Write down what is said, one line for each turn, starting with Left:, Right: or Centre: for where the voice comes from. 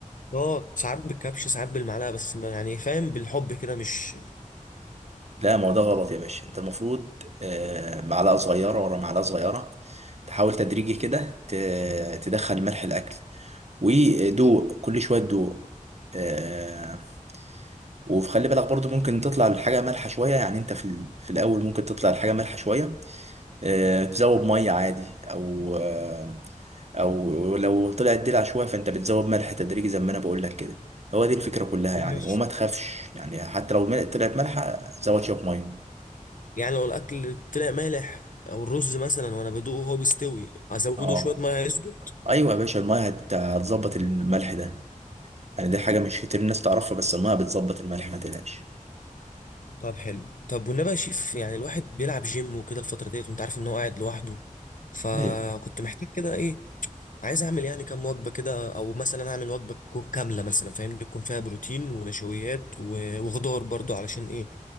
Left: اه ساعات بالكبش ساعات بالمعلقه بس ما يعني فاهم بالحب كده مش
Right: لا ما هو ده غلط يا باشا انت المفروض آه، معلقة صغيرة ورا معلقة صغيرة تحاول تدريجي كده ت- تدخل ملح الاكل ودوق كل شويه تدوق آه وخلي بالك برضو ممكن تطلع الحاجه مالحه شويه يعني انت في, ال- في الاول ممكن تطلع الحاجه مالحه شويه آه تزود ميه عادي او آه او لو طلعت دلع شويه فانت بتزود ملح تدريجي زي ما انا بقول لك كده هو دي الفكره كلها
Left: ماشي
Right: يعني وما تخافش يعني حتى لو مل- طلعت مالحه زود شويه ميه
Left: يعني لو الاكل طلع مالح او الرز مثلا وانا بدوقه وهو بيستوي ازوده
Right: اه
Left: شويه ميه يظبط
Right: ايوه يا باشا الميه هت- هتظبط الملح ده يعني دي حاجه مش كتير الناس تعرفها بس الميه بتظبط الملح ما تقلقش
Left: طب حلو طب والنبي يا شيف يعني الواحد بيلعب جيم وكده الفتره ديت وانت عارف ان هو قاعد لوحده فكنت
Right: ايوه
Left: محتاج كده ايه عايز اعمل يعني كام وجبه كده او مثلا اعمل وجبه تكون كامله مثلا فاهمني تكون فيها بروتين ونشويات و- وخضار برضو علشان ايه